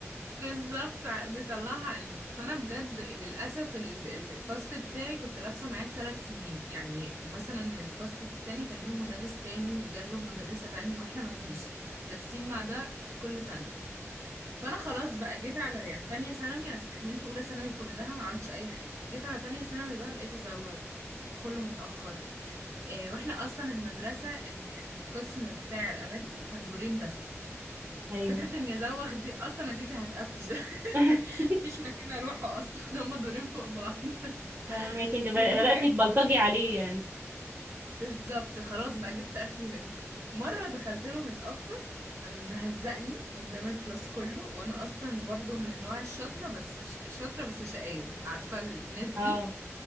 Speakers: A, on the right (about 70°); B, on the right (about 45°).
A: بالظبط ع- بيطلعها علينا فانا بجد للاسف ال- الفصل بتاعي كنت لابسه معاه ثلاث سنين يعني مثلا الفصل التاني كان ليه مدرس تاني وجاله مدرسه تانية واحنا ما فيش لابسين مع ده كل سنه فانا خلاص بقى جيت على يعني تانية ثانوي انا استحملت اولى ثانوي كلها ما عملتش اي حاجه جيت على تانية ثانوي بقى بقيت ازوغ ادخله متاخر إيه، واحنا اصلا المدرسه الح- القسم بتاع الامريكان كان دورين بس
B: ايوه
A: فكره اني ازوغ دي اصلا انا كده كده هتقفش <laughs>
B: <laughs>
A: مفيش مكان اروحه اصلا <laughs> هما دورين فوق بعض <laughs>
B: فهماكي انت بدأ-
A: المهم
B: بدأتي تبلطجي عليه يعني
A: بالظبط خلاص بقى جبت اخري منه مره دخلت له متاخر قام مهزقني قدام الكلاس كله وانا اصلا برضو من النوع الشاطره بس ش- شاطره بس شقيه عارفه الناس
B: اه
A: دي